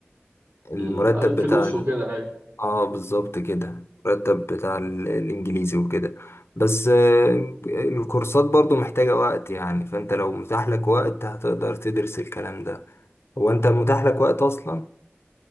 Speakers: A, on the left; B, on the right.
A: المرتب
B: ال- الفلوس
A: بتاع
B: وكده ايوه
A: اه بالظبط كده مرتب بتاع ال- الانجليزي وكده بس آه، الكورسات برضو محتاجة وقت يعني فانت لو متاح لك وقت هتقدر تدرس الكلام ده هو انت متاح لك وقت اصلا